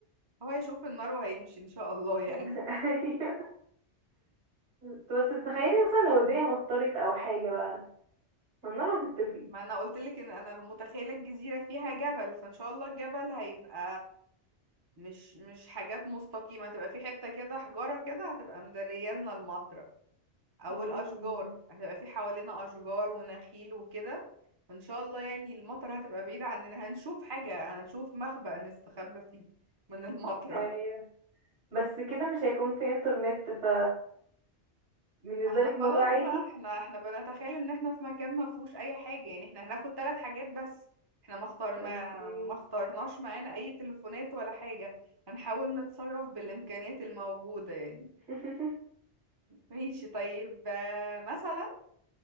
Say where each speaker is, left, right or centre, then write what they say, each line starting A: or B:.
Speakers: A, on the right; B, on the right.
A: هو هيشوف النار وهيمشي ان شاء الله يعني
B: <laughs> ايوه انت بس تخيلي مثلا لو الدنيا مطرت او حاجة بقى ما النار هتطفي
A: ما انا قلت لك ان انا متخيله الجزيره فيها جبل فان شاء الله الجبل هيبقى مش مش حاجات مستقيمه هتبقى في حته كده حجاره كده هتبقى مدريالنا المطره او
B: مم.
A: الاشجار هتبقى في حوالينا اشجار ونخيل وكده فان شاء الله يعني المطره هتبقى بعيده عننا هنشوف حاجه هنشوف مخبأ نستخبى فيه من المطره
B: ايوه بس كده مش هيكون في انترنت ف بالنسبة
A: احنا
B: لك الموضوع
A: خلاص
B: عادي
A: بقى احنا احنا بنتخيل ان احنا في مكان ما فيهوش اي حاجة يعني احنا هناخد ثلاث حاجات بس احنا ما اختار ما
B: اوكي
A: ما اخترناش معانا اي تليفونات ولا حاجة هنحاول نتصرف بالامكانيات الموجودة يعني
B: <laughs>
A: ماشي طيب آه، مثلا